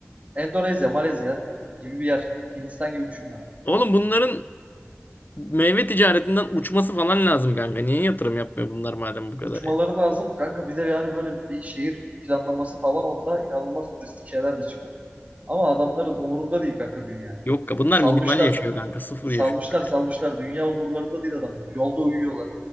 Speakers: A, on the right; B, on the left.
A: Endonezya, Malezya gibi bir yer. Hindistan gibi düşünme.
B: Oğlum bunların Meyve ticaretinden uçması falan lazım kanka. Niye yatırım yapmıyor bunlar madem bu kadar
A: Uçmaları
B: ya?
A: lazım. Kanka bir de yani böyle bir şehir planlaması falan olsa inanılmaz turistik şeyler de çıkar. Ama adamların umurunda değil kanka dünya.
B: Yok ka bunlar
A: Salmışlar,
B: minimal yaşıyor kanka. Sıfır
A: salmışlar,
B: yaşıyor. <laughs>
A: salmışlar. Dünya umurlarında değil adamlar. Yolda uyuyorlar.